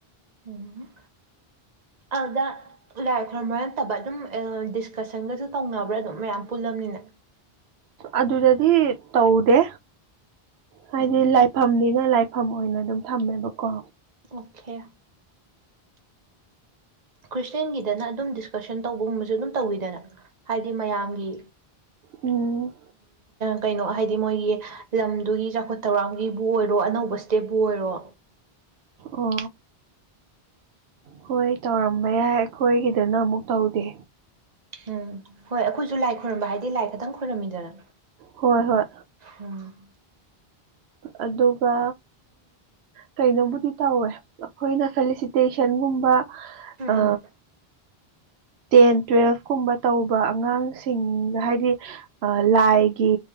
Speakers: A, on the right; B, on the right.
A: ꯎꯝ ꯑꯗꯨꯗ ꯂꯥꯏꯔꯤ ꯈꯣꯏꯔꯝꯕ ꯅꯠꯇꯕ ꯑꯗꯨꯝ ꯗꯤꯁꯀꯁꯟꯒꯁꯨ ꯇꯧꯅꯕ꯭ꯔꯥ ꯑꯗꯨꯝ ꯃꯌꯥꯝ ꯄꯨꯜꯂꯝꯕꯅꯤꯅ
B: ꯑꯗꯨꯗꯗꯤ ꯇꯧꯗꯦ ꯍꯥꯏꯗꯤ
A: ꯎꯝ
B: ꯂꯥꯏ ꯐꯝꯅꯤꯅ ꯂꯥꯏꯐꯝ ꯑꯣꯏꯅ ꯑꯗꯨꯝ ꯊꯝꯃꯦꯕꯀꯣ
A: ꯑꯣꯀꯦ ꯈ꯭ꯔꯤꯁꯇꯦꯟꯒꯤꯗꯅ ꯑꯗꯨꯝ ꯗꯤꯁꯀꯁꯟ ꯇꯧꯕꯒꯨꯝꯕꯁꯨ ꯑꯗꯨꯝ ꯇꯧꯋꯤꯗꯅ ꯍꯥꯏꯗꯤ ꯃꯌꯥꯝꯒꯤ
B: ꯎꯝ
A: ꯀꯩꯅꯣ ꯍꯥꯏꯗꯤ ꯃꯣꯏꯒꯤ ꯂꯝꯗꯨꯒꯤ ꯆꯥꯎꯈꯠ ꯊꯧꯔꯥꯡꯒꯤꯕꯨ ꯑꯣꯏꯔꯣ ꯑꯅꯧꯕ ꯏꯁꯇꯦꯠꯄꯕꯨ ꯑꯣꯏꯔꯣ
B: ꯑꯣ ꯍꯣꯏ ꯇꯧꯔꯝꯕ ꯌꯥꯏ ꯑꯩꯈꯣꯏꯒꯤꯗꯅ ꯑꯃꯨꯛ ꯇꯧꯗꯦ
A: ꯎꯝ ꯍꯣꯏ ꯑꯩꯈꯣꯏꯁꯨ ꯂꯥꯏ ꯈꯣꯏꯔꯝꯕ ꯍꯥꯏꯗꯤ ꯂꯥꯏ ꯈꯇꯪ ꯈꯣꯏꯔꯝꯃꯤꯗꯅ
B: ꯍꯣꯏ ꯍꯣꯏ
A: ꯎꯝ
B: ꯑꯗꯨꯒ ꯀꯩꯅꯣꯕꯨꯗꯤ ꯇꯧꯋꯦ ꯑꯩꯈꯣꯏꯅ ꯐꯦꯂꯤꯁꯤꯇꯦꯁꯟꯒꯨꯝꯕ
A: ꯎꯝ
B: ꯑ ꯇꯦꯟ ꯇꯨꯋꯦꯜꯐ ꯀꯨꯝꯕ ꯇꯧꯕ ꯑꯉꯥꯡꯁꯤꯡꯗ ꯍꯥꯏꯗꯤ ꯂꯥꯏꯒꯤ